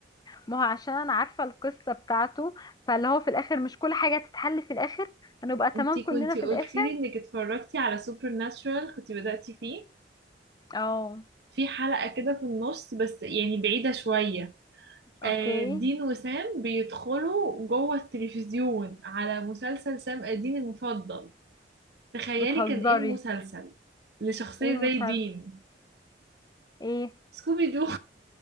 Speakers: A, on the left; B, on the right.
A: ما هو عشان انا عارفه القصه بتاعته فاللي هو في الاخر مش كل حاجه تتحل في الاخر هنبقى تمام
B: انتي
A: كلنا
B: كنتي
A: في
B: قلتي
A: الاخر
B: لي انك اتفرجتي على سوبر ناتشورال كنتي بدأتي فيه
A: اه
B: في حلقة كده في النص بس يعني بعيدة شوية
A: اوكي
B: آه، دين وسام بيدخلوا جوه التلفزيون على مسلسل سام الدين المفضل تخيلي
A: بتهزري
B: كان ايه المسلسل لشخصية
A: ايه المسلسل
B: زي دين
A: ايه
B: سكوبي دو